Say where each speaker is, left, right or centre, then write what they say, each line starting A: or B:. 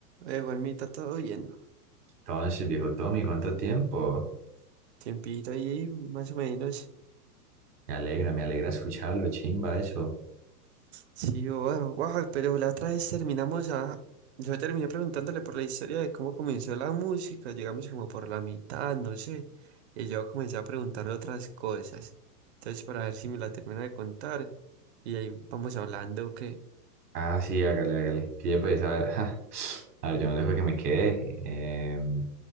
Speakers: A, on the right (about 45°); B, on the right (about 75°).
A: Eh, Juanmita, todo bien.
B: Entonces, viejo Tommy, ¿cuánto tiempo?
A: Tiempito ahí, más o menos.
B: Me alegra, me alegra escucharlo, chimba eso.
A: Sí, wow, wow, pero la otra vez terminamos a... Yo terminé preguntándole por la historia de cómo comenzó la música, llegamos como por la mitad, no sé. Y yo comencé a preguntarle otras cosas. Entonces, para ver si me la termina de contar. Y ahí vamos hablando, que
B: Ah, sí, hágale, hágale. Pille pues, a ver, <laughs> ja. A ver, yo no sé fue que me quedé. Em,